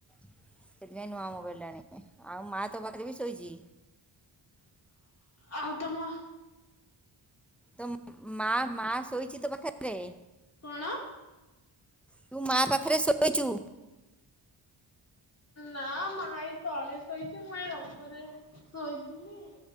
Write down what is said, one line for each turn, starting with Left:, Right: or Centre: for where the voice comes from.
Centre: ସେଥିପାଇଁ ନୂଆ ମୋବାଇଲ ଟା ଆଣିବେ। ଆଉ ମା ତୋ ପାଖରେ ବି ଶୋଇଛି।
Left: ଆଉ ତମ
Centre: ତୋ ମା ମା ଶୋଇଛି ତୋ ପାଖରେ।
Left: କଣ?
Centre: ତୁ ମା ପାଖରେ ଶୋଇଛୁ।
Left: ନା ମା ଏଇ ତଳେ ଶୋଇଛି। ମୁଁଏଇ ଉପରେ ଶୋଇଥିଲି।